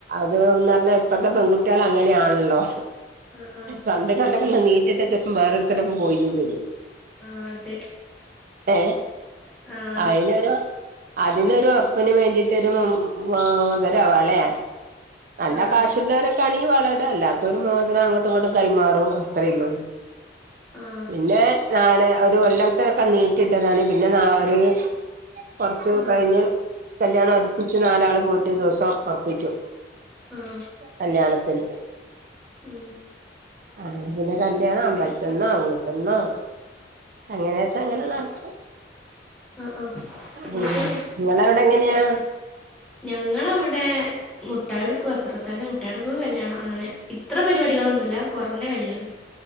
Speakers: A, on the right; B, in the centre.
A: അന്ന് പറഞ്ഞാ ഇപ്പഴത്തെ പെൺകുട്ടികൾ അങ്ങനെയാണല്ലോ?
B: ആഹ് ആഹ്
A: പണ്ട് കണ്ടൊക്കെ
B: ശരിയാ
A: ഒന്ന് നീട്ടിട്ട വേറെരുതെന്റപ്പം പോയിന്നും വരും.
B: ആഹ് അതെ
A: ഏ
B: ആഹ്
A: അയിന്. അതിനൊരു ഒർപ്പിന് വേണ്ടിട്ടൊരു മും മാ മോതിരോ വളെ. നല്ല
B: ആഹ്
A: കാശുള്ളവരൊക്കെണങ്കി വളടും അല്ലാത്തവരും മോതിരം അങ്ങട്ടു ഇങ്ങട്ടു കൈമാറും. ത്രള്ളൂ
B: ആഹ്
A: പിന്നെ. നാല് ഒരു കൊല്ലത്തനൊക്കെ നീറ്റിട്ടതാണ് പിന്നെ നാര്. കൊർച്ചു
B: ആഹ്
A: കഴിഞ്ഞ് കല്യാണം ഒർപ്പിച്ച് നാലാള് പോയിട്ട് ദിവസം ഒർപ്പിക്ക്യും.
B: ആഹ്.
A: കല്യാണത്തിന്.
B: ഉം
A: അങ്ങനെ പിന്നെ കല്യാണം അമ്പൽത്ത്ന്നോ വീട്ട്ന്നോ അങ്ങനെച്ച അങ്ങനെ നട-
B: അ ആഹ്. എന്നിട്ട്
A: ഉം ങ്ങളവ്ടെങ്ങനെയാ?
B: ഞങ്ങളവിടെ മുട്ടായൊട്ക്കു അത്ര തന്നെ മുട്ടായൊട്ക്കു കല്യാണം അങ്ങനെ. ഇത്ര പരിപാടികളൊന്നുല്ല കൊർഞ്ഞ കല്യാൺ